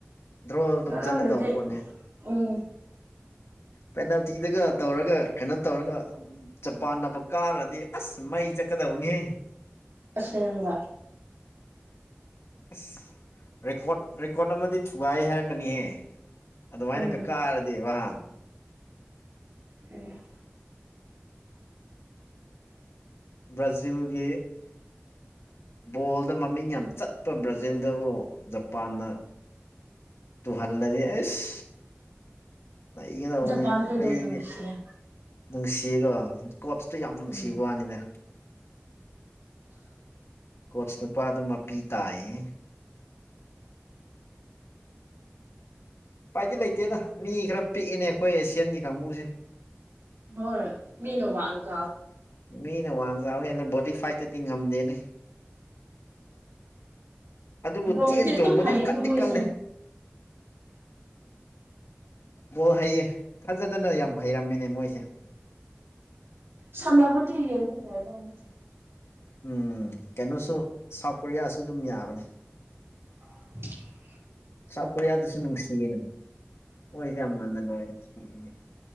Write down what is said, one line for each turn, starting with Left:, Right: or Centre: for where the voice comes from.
Left: ꯗ꯭ꯔꯣ ꯑꯗꯨꯝ
Right: ꯅꯠꯂꯝꯗꯗꯤ
Left: ꯆꯠꯂꯗꯕ ꯄꯣꯠꯅꯤ
Right: ꯎꯝ
Left: ꯄꯦꯅꯥꯜꯇꯤꯗꯨꯒ ꯇꯧꯔꯒ ꯀꯩꯅꯣ ꯇꯧꯔꯒ ꯆꯄꯥꯟꯅꯕ ꯀꯥꯔꯗꯤ ꯑꯁ ꯃꯩ ꯆꯠꯀꯗꯧꯅꯤꯍꯦ
Right: ꯑꯁꯦꯡꯕ
Left: ꯑꯁ ꯔꯦꯀꯣꯔꯠ ꯔꯦꯀꯣꯔꯠ ꯑꯃꯗꯤ ꯊꯨꯒꯥꯏ ꯍꯥꯏꯔꯛꯀꯅꯤꯍꯦ ꯑꯗꯨꯃꯥꯏꯅꯒ
Right: ꯎꯝ
Left: ꯀꯥꯔꯗꯤ ꯋꯥꯍꯥ
Right: ꯎꯝ
Left: ꯕ꯭ꯔꯥꯖꯤꯜꯒꯤ ꯕꯣꯜꯗ ꯃꯃꯤꯡ ꯌꯥꯝ ꯆꯠꯄ ꯕ꯭ꯔꯥꯖꯤꯜꯗꯕꯨ ꯖꯄꯥꯟꯅ ꯇꯨꯍꯜꯂꯗꯤ ꯑꯦꯁ ꯂꯩꯒꯗꯧꯕꯅꯦ
Right: ꯖꯄꯥꯟ ꯈꯣꯏꯗꯣ
Left: ꯑꯩꯗꯤ
Right: ꯅꯨꯡꯁꯤꯌꯦ
Left: ꯅꯨꯡꯁꯤꯌꯦꯒ ꯀꯣꯆꯇꯣ ꯌꯥꯝ ꯅꯨꯡꯁꯤꯕ
Right: ꯎꯝ
Left: ꯋꯥꯅꯤꯅꯦ ꯀꯣꯆ ꯅꯨꯄꯥꯗ ꯃꯄꯤ ꯇꯥꯏꯌꯦ ꯄꯥꯏꯗꯤ ꯂꯩꯇꯦꯗ ꯃꯤ ꯈꯔ ꯄꯤꯛꯏꯦꯅꯦ ꯑꯩꯈꯣꯏ ꯑꯦꯁꯤꯌꯥꯟꯒꯤ ꯀꯥꯡꯕꯨꯁꯦ
Right: ꯍꯣꯏ ꯃꯤ ꯂꯣ ꯋꯥꯜ <inaudible>
Left: ꯃꯤꯅ ꯋꯥꯡ ꯆ ꯍꯦꯜꯂꯦ ꯕꯣꯗꯤꯤ ꯐꯥꯏꯠꯇꯗꯤ ꯉꯝꯗꯦꯅꯦ ꯑꯗꯨꯕꯨ
Right: ꯕꯣꯜꯗꯤ
Left: ꯆꯦꯟ
Right: ꯑꯗꯨꯝ
Left: ꯆꯣꯡꯕꯗꯤ
Right: ꯍꯩꯌꯦꯀꯣ
Left: ꯀꯟꯗꯤ
Right: ꯃꯣꯏꯁꯦ
Left: ꯀꯜꯜꯂꯤ ꯕꯣ ꯍꯩꯌꯦ ꯐꯖꯗꯅ ꯌꯥꯝ ꯍꯩꯔꯝꯃꯤꯅꯦ ꯃꯣꯏꯁꯦ
Right: ꯁꯥꯟꯅꯕꯁꯨꯗꯤ ꯌꯦꯡꯕ ꯌꯥꯑꯕ ꯃꯨꯁ
Left: ꯎꯝ ꯀꯩꯅꯣꯁꯨ ꯁꯥꯎꯠ ꯀꯣꯔꯤꯌꯥꯁꯨ ꯑꯗꯨꯝ ꯌꯥꯕꯅꯦ
Right: <inaudible>
Left: ꯁ ꯀꯔꯤꯌꯥꯗꯁꯨ ꯅꯨꯡꯁꯤꯔꯤꯅꯦ ꯃꯣꯏꯗꯤ ꯌꯥꯝ ꯉꯟꯅ ꯂꯣꯏꯦ ꯁꯤꯈꯤꯅꯤ